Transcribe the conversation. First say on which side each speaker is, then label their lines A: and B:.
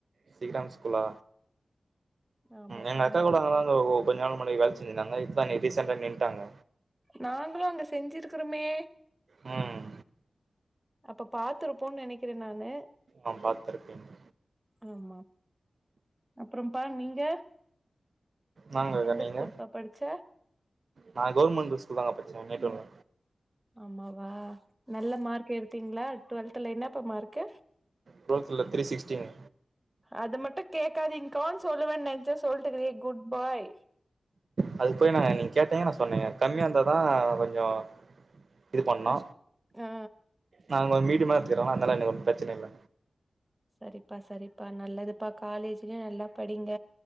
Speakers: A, on the right (about 65°); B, on the right (about 15°).
A: சிகரம் ஸ்கூலா
B: ஆமாப்பா
A: எங்க
B: ஆமாப்பா
A: அக்கா கூட அங்கதா ஓ ஓ கொஞ்ச நாள் முன்னாடி வேல செஞ்சிருந்தாங்க இப்ப அங் ரீசெண்டா நின்ட்டாங்க
B: நாங்களு அங்க செஞ்சிருக்குறோமே
A: ம்
B: அப்ப பாத்துருப்போன் நெனைக் கிறே நானு
A: அ பாத்திருப்பீங்க
B: ஆமா அப்புறோம்பா நீங்க
A: நாங்கக்கா
B: எந்த
A: நீங்க
B: ஸ்கூல்ப்பா படிச்ச
A: நா கவுர்மெண்ட் ஸ்கூல் தாங்க பட்ச்சே நேட்டூர்ல
B: ஆமாவா நல்ல மார்க் எடுத்தீங்களா டுவெல்த்ல என்னப்பா மார்க்கு
A: டுவெல்த்ல த்ரிசிக்ஸ்டீன்
B: அது மட்டு கேக்காதிங்க்கான் சொல்லுவே நென்ச்சே சொல்லிட்ருக்கியே குட் பாய்
A: அதுக்கு போய் நா நீங்க கேட்டீங்க நா சொன்னேங்க கம்மியா இருந்தாதா கொஞ்சோ இது பண்ணோ
B: கஷ் ஆ
A: நாங் கொ மீடியமா எடுத்துக்கிறோன அதனால எனக்கு ஒன்னு பிரச்சன இல்ல
B: சரிப்பா சரிப்பா நல்லதுப்பா காலேஜ்லயு நல்லா படிங்க